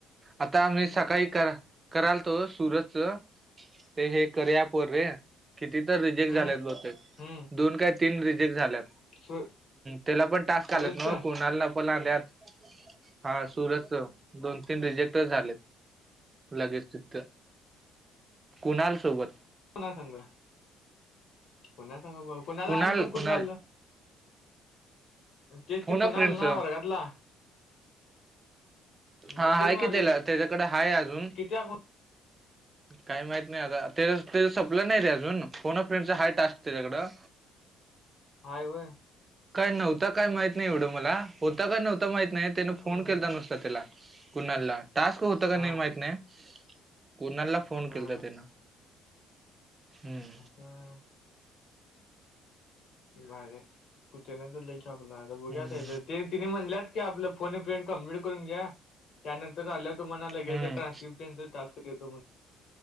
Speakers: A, on the right; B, on the left.
A: आता मी सकाळी क करायलतो सुरतच ते हे करया पूर्वे किती तर रिजेक्ट
B: हम्म
A: झालेत ग
B: हम्म
A: दोन काय तीन रिजेक्ट झाल्या
B: सु-
A: त्याला पण टास्क
B: सुरजच
A: आत कणाल पत हा सूरच दोन तीन रिजेक्टच झालेत लगेच ति कुणाल सोबत
B: कोणा सांग कोणा सांग कोणाला
A: कुणाल
B: आणि पत कुठलं
A: कुणाल
B: आल्लं तेच
A: फोन अ
B: कुणाल
A: फ्रेंडच
B: ना वर्गातला
A: हा
B: मग
A: आहे
B: तेच म्हणाले
A: की त्याला त्याच्याकडे आहेाय अजून
B: किती अकाउंट
A: काही माहत नाही आताच सप्ला नाही रे अजून पोन फ्रेड हाट तेझगडा
B: हायवे
A: काय नव्हतं काय माहत नाही एवढं मला होतं काय नव्हतं माहीत नाही त्याने
B: हम्म
A: फोन केला नुसता त्याला कुणालला टास्क होत का नाही
B: हा
A: माहित नाही कुणाला फोन
B: हा
A: केला तन हम्म
B: हा बरे कुठे ना तर लेख आपला आता बघ्यात
A: हम्म
B: तिने म्हणल्यात आपो क करून घ्या त्यानंतर आल्या तुम्हाला लगेच
A: हम्म.
B: ट्रानपन टास् <inaudible>